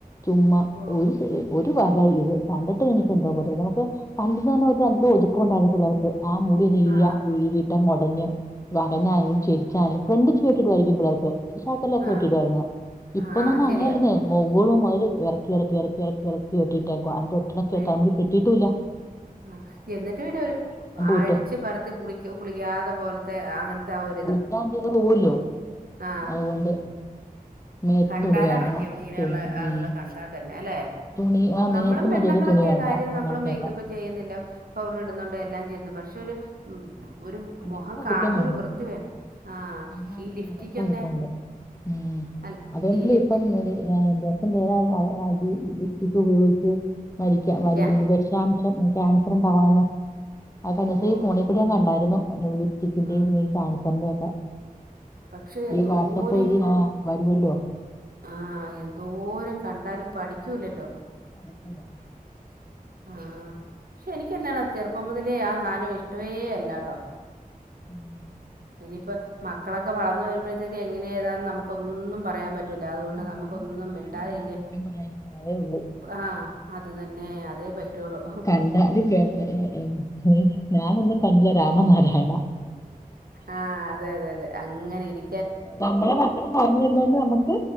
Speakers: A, on the left; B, on the right.
A: ചുമ്മാ
B: ഓ
A: ഒരു സെ എ ഒരു ഒരു വക ഇത് കണ്ടിട്ട് എനിക്ക് എന്തൊപോലെ നമുക്ക് പണ്ടന്ന് പറഞ്ഞാൽ ഒരു നല്ല ഒതുക്കൊണ്ടായിരുന്നു പിള്ളേർക്ക് ആ മുടി നീരിയ
B: ആ
A: നീരിയിട്ട മോടഞ്ഞ് വകന് അണിയിച്ചൊരുക്കി <unintelligible> പിള്ളേര്ക്ക് ശകലൊക്കെ
B: ആ
A: വെട്ടിടുആയിരു ഇപ്പന്ന്
B: ആ ആ
A: പറഞ്ഞാ
B: ശരിയാ
A: അങ്ങനെയല്ലേ മുകളും മുതൽ ഇറക്കി ഇറക്കി ഇറക്കി ഇറക്കി ഇറക്കി വെട്ടിയിട്ടെ ക്കുവാ <unintelligible>
B: വെ
A: കെട്ടിയിട്ടൂല്ല
B: ആ എന്നിട്ട് പിന്നെ ഒരു അടിച്ച്
A: ഇട്ട്
B: പറത്തി കുളിക്കു കുളിക്കാതെ പോലത്തെ അങ്ങനത്തെ ആ ഒ
A: കുളിക്കാണ്ടിത് പോവുഅല്ലോ
B: ആ
A: അതുകൊണ്ട് മേത്തും
B: കണ്ടാലറയ്ക്കും
A: തുണി വേണ്ട
B: ഇങ്ങനെയുള്ള
A: ചും
B: ആളുകളെ
A: ഉം
B: കണ്ടാൽ തന്നെ അല്ലെ
A: തുണി ആ മേത്തും
B: നമ്മളും പെണ്ണങ്ങളൊക്കെയാ
A: മര്യാദക്ക് തുണി വേണ്ട
B: കാര്യം
A: അങ്ങനത്തെയൊക്കെ
B: നമ്മളും മേക്കപ്പ് ചെയ്യുന്നില്ല പൗഡർ ഇടുന്നുണ്ട് എല്ലാം ചെയ്യുന്നു പക്ഷെ ക്ഷോരു ഒരു
A: അടക്കം
B: മുഖം
A: ഒതുക്കോം
B: കാണുമ്പോ
A: വേണം
B: ഒരു വൃത്തി വേ ആ
A: എല്ലാത്തിനും
B: ഈ ലിഫ്റ്റിക്കൊക്കെ
A: അടക്കോം ഒതുക്കോം ഉണ്ട് ഉം
B: അൽ
A: അതുകൊണ്ടിലിപ്പം
B: ഈ ലിഫ്റ്റ്
A: <unintelligible> അടി ഇടി പി ഉപയോഗിച്ച് മരിക്ക മരി
B: ക്യാ
A: വിഷാം ക്യാൻസർ ഉണ്ടാവുന്നെ അതനുസരി
B: ഓ
A: ഈ ഫോണി കൂടി ഞാകണ്ടായിരുന്നു ലിപ്സ്റ്റിക്കിന്റെയും
B: ആ
A: ഈ ക്യാൻസറിന്റെ ഒക്കെ
B: പക്ഷെ എന്തോരം
A: ഈ വാട്സപ്പ് വഴി ആ വരുവല്ലോ
B: ആഹ എന്തോരം കണ്ടാലും പഠിക്കൂല്ലല്ലോ
A: പഠിക്കുല
B: ആഹ പക്ഷെ എനക്ക്ന്നാണ് ചെറുപ്പം മുതലേ ആ സാധനം ഇഷ്ടവേ അല്ലട്ടോ
A: ഉം
B: ഇനിയിപ്പോ മക്കളൊക്കെ വളർന്ന് വരുമ്പോഴത്തേക്ക് എങ്ങനെയെതാന്ന് നമുക്കൊന്നും പറയാൻ പറ്റൂല അതുകൊണ്ട്
A: ഒന്നും
B: നമുക്കൊന്നും
A: അവന് മ- ആരെയും
B: മിണ്ടാതിരിക്ക
A: ആരെയും കുറ്റം പറയാതിരിക്കുക അതേ ഉള്ളൂ
B: ആ അത് തന്നെ അതേ പറ്റുള്ളൂ
A: കണ്ടാലും കേട്ട ഏ ഞാനൊന്നും കണ്ടില്ല രാമനാരായണ
B: ആ അതെ അതെ അതെ അങ്ങനെ ഇരി
A: നമ്മളെ മക്കളും വളർന്ന് വരുനോണ്ട് നമുക്ക്